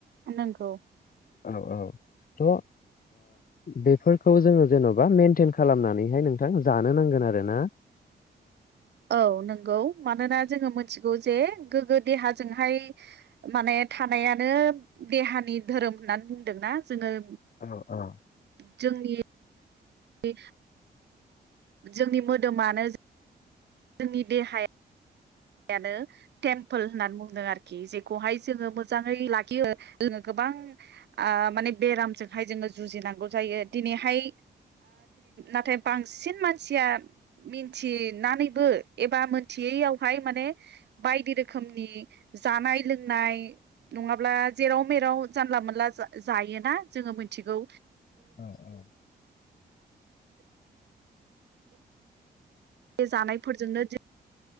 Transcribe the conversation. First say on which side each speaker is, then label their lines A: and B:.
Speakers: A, on the right; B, on the left.
A: नंगौ।
B: औ औ थ' ओ बेफोरखौ जोङो जेन'बा मेेनटेन खालामनानैहाय नोंथां जानो नांगोन आरो ना।
A: औ नंगौ मानोना जोङो मिथिगौ जे गोगो देहाजोंहाय माने थानायानो देहानि धोरोम होननानै बुंदोंना जोङो
B: औ औ।
A: जोंनि दे जोंनि मोदोमानो जोंनि देहाया यानो टेम्पोल होननानै बुंदों आरोखि जे देहाखौ जोंयो मोजांयै लाखियो जों गोबां ओ माने बेरामजोंहाय जोंयो जुजि नांगौ जायो दिनैहाय नाथाय बांसिन मानसिया मिथि नानैबो एबा मोनथियैयावहाय माने बायदि रोखोमनि जानाय लोंनाय नङाब्ला जेराव मेराव जानला मोनला जायोना जोङो मिथिगौ।
B: औ औ।
A: बे जानायफोरजोंनो द